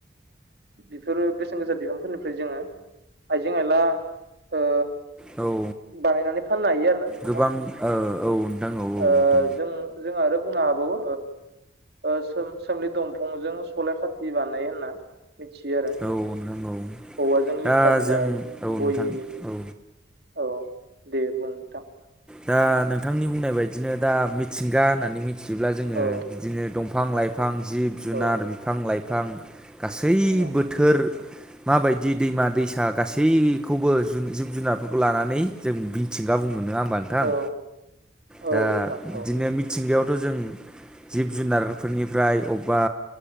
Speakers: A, on the right; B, in the centre.
A: बेफोरो बेसेन गोसा बिबांफोरनिफ्राय जोङो आइजें आइला ओ
B: औ औ
A: बानायनानै फाननो हायो आरो ना नोंथां
B: गोबां ओ औ नोंथां औ नोंथां
A: ओ जों जों आरो बुंनो हाबावो ओ सोम सोमलि दंफांजों सलाय खाथि बानायो होनना मिथियो आरो
B: औ नोंथां औ
A: औवाजों लेखा
B: दा
A: बिलाइ
B: जों औ
A: बहि
B: नोंथां औ।
A: औ दे बुं नोंथां।
B: दा नोंथांनि बुंनाय बायदिनो दा मिथिंगा होननानै मिथियोब्ला जोङो
A: औ
B: बिदिनो दंफां लाइफां बिफां जिब जुनार
A: औ
B: बिफां लाइफां गासै
A: औ
B: बोथोर माबायदि दैमा दैसा गासैखौबो जिब जुनारफोरखौ लानानै जों मिथिंगा बुंगोन नङा होमबा नोंथां
A: औ औ
B: दा
A: नोंथां
B: बिदिनो
A: औ
B: मिथिंगायावथ' जों जिब जुनारफोरनिफ्राय अबेबा